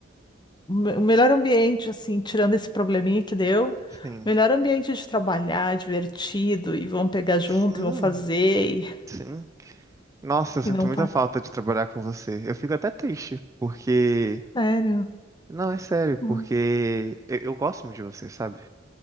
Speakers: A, on the left (about 25°); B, on the right (about 15°).
A: O me- o melhor ambiente, assim, tirando esse probleminha que deu, o
B: Sim,
A: melhor ambiente de trabalhar, divertido, e vão pegar junto,
B: sim,
A: e vão fazer, e,
B: sim. Nossa, eu sinto
A: e não
B: muita
A: para.
B: falta de trabalhar com você. Eu fico até triste, porque.
A: Sério.
B: Não, é sério, porque
A: Hum.
B: eu, eu gosto muito de você, sabe?